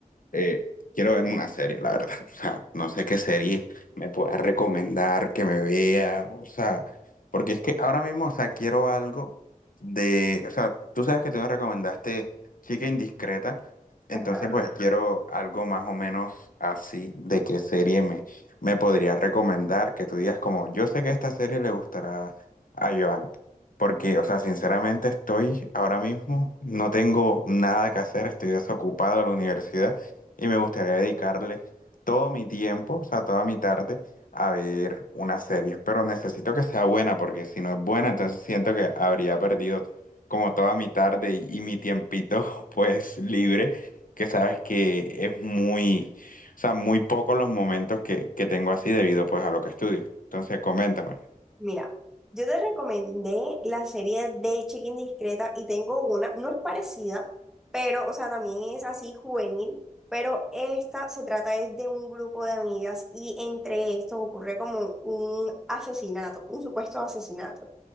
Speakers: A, on the left; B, in the centre.
A: eh, quiero verme una serie, la verdad. <laughs> O sea, no sé qué serie me puedas recomendar que me vea. O sea, porque es que ahora mismo, o sea, quiero algo de. O sea, tú sabes que tú me recomendaste Chica Indiscreta. Entonces,
B: Ajá.
A: pues quiero algo más o menos así de qué serie me, me podrías recomendar. Que tú digas, como, yo sé que esta serie le gustará a Joan. Porque, o sea, sinceramente estoy ahora mismo, no tengo nada que hacer, estoy desocupado de la universidad y me gustaría dedicarle todo mi tiempo, o sea, toda mi tarde a ver una serie, pero necesito que sea buena porque si no es buena, entonces siento que habría perdido como toda mi tarde y, y mi tiempito <laughs> pues libre, que sabes que es muy, o sea, muy pocos los momentos que, que tengo así debido pues a lo que estudio. Entonces, coméntame.
B: Mira, yo te recomendé la serie de Check-in Discreta y tengo una, no es parecida, pero, o sea, también es así juvenil, pero esta se trata es de un grupo de amigas y entre estos ocurre como un asesinato, un supuesto asesinato.